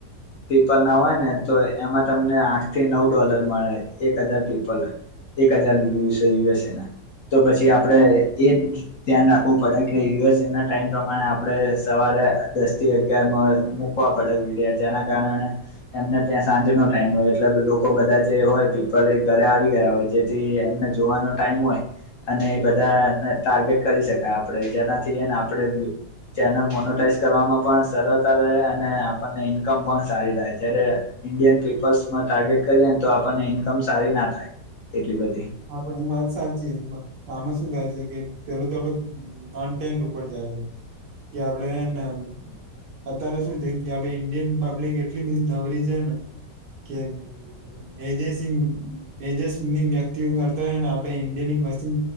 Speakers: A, on the left; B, on the right.
A: પીપલ ના હોય ને તો એમાં તમને આઠ થી નવ ડોલર મળે એક હજાર પીપલે એક હજાર વ્યુસએ યુએસ‌એ ના. તો પછી આપડે એ જ ધ્યાન રાખવું પડે કે યુએસએ ના ટાઈમ પ્રમાણે આપણે સવારે દસ થી અગયાર મા મુકવા પડે. જેના કારણે એમને ત્યાં સાંજ નો ટાઈમ હોય. એટલે લોકો બધા જે હોય પીપલ એ ઘરે આવી ગયા હોય. જેથી એમને જોવાનો ટાઈમ હોય અને એ બધાને ટાર્ગેટ કરી શકાય આપણે જેનાથી ને આપણે ચેનલ મોનોટાઈઝ કરવામાં પણ સરળતા રહે અને આપણને ઈન્કમ પણ સારી થાય જ્યારે ઇન્ડિયન પીપલ્સમાં ટાર્ગેટ કરીએ ને તો આપણને ઈન્કમ સારી ના થાય એટલી બધી
B: હા, પણ એની સાચીએકદમ આમાં શું થાય છે કે પેલું થોડું કન્ટેન્ટ ઉપર જાય છે જો આપહેને અત્યારે શું છે ઈન્ડિયન પબ્લિક એટલી બધી નવરી છે ને કેમ એ દિવસન એ દિવસે ની નથી વ્યક્તિ તી હોય ને આપડે ઇન્ડિયની મશીન